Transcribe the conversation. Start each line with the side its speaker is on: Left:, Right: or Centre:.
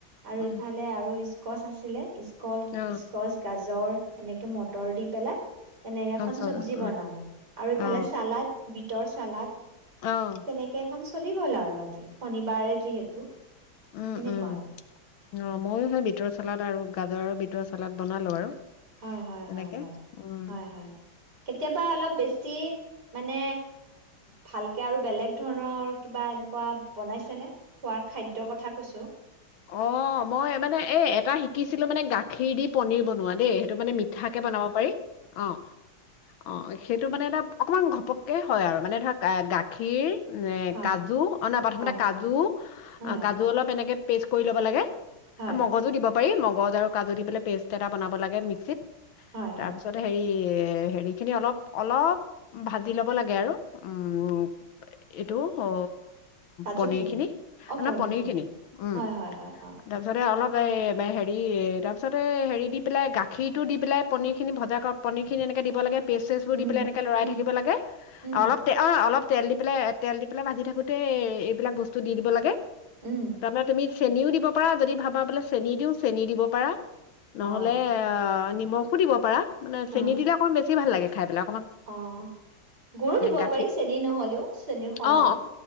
Right: আৰু
Left: উম
Right: ইফালে আৰু ইচ কছ আছিলে ইচ কল
Left: অ
Right: ইচ কছ, গাজৰ, এনেকে মটৰ দি পেলাই তেনেকে এখন
Left: চব
Right: চব্জি বনালো,
Left: অ
Right: আৰু ইফালে
Left: অ
Right: চালাড বিটৰ চালাদ,
Left: অ অ
Right: তেনেকে এখন চ চলি গ'ল আৰু আ', শনিবাৰে যিহেতু,
Left: উম
Right: সেনেকুৱা
Left: উম
Right: আৰু
Left: অ', ময়ো সেই বিটৰ চালাড আৰু গাজৰ আৰু বিটৰ চালাড বনালোঁ আৰু
Right: হয়- হয়-হয়-হয়-হয়-
Left: তেনেকে উম
Right: হয় কেতিয়াবা অলপ বেছি মানে ভালকে আৰু বেলেগ ধৰণৰ কিবা এনেকুৱা বনাইছেনে? খোৱাৰ খাদ্যৰ কথা কৈছো
Left: অ', মই মানে এই এটা শিকিছিলো মানে গাখীৰ দি পনীৰ বনোৱা দেই এই মানে মিঠা কে বনাব পাৰি অ অ সেইটো মানে এটা অকণমান ঘপককৈ হয় আৰু মানে ধৰক গাখীৰ এ
Right: হয়
Left: কাজু অনা প্ৰথমতে
Right: হয়
Left: কাজু
Right: হয়
Left: অ' কাজু অলপ এনেকে পেষ্ট কৰি ল'ব লাগে।
Right: হয়
Left: মগজো দিব। পাৰি মগজ আৰু কাজু দি পেললে পেষ্ট এটা বনাব লাগে মিক্সিত।
Right: হয়
Left: তাৰপিছত
Right: হয়
Left: হেৰি এ হেৰিখিনি অলপ অলপ ভাজি ল'ব লাগে আৰু উম এইটো অ
Right: কাজুখিনি
Left: পনিৰ খিনি
Right: অ
Left: মানে
Right: পনীৰখিনি
Left: পনিৰ খিনি উম
Right: হয় হয় হয় হয়
Left: তাৰপিছতে অলপ ত হেৰি তাৰপিছতে হেৰি দি পেলাই গাখীৰটো দি পেলাই পনীৰ খিনি ভজা কৰক পনিৰ খিনি এনেকে দিব লাগে। পেচছ বোৰ
Right: উম
Left: দি পেলাই এনেকে লৰাই
Right: উম
Left: থাকিব লাগে
Right: উম
Left: অলপ অ', অলপ তেল দি পেলাই তেল দি পেলাই ভাজি থাকোতে এইবিলাক বস্তু দি দিব লাগে।
Right: উম
Left: ত মাৰ ত মি চেনিও দিব পাৰা যদি ভাবা বোলে চেনি দিওঁ চেনি দিব পাৰা নহ'লে
Right: অ
Left: আহ। নিমখো দিব পাৰা মানে
Right: অ
Left: চেনি দিলেকণ বে বেছি ভাল লাগে খাইিলাক
Right: অ' গৰু দিব
Left: গাখীৰ
Right: পাৰি চেনী নহলেও চেনীৰ সলনি
Left: অ